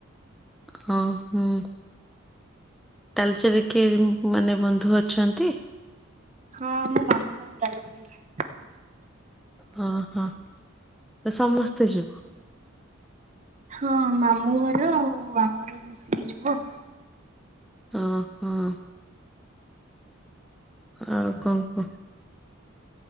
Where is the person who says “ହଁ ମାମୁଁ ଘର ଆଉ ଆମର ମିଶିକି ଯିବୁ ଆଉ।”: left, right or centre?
Right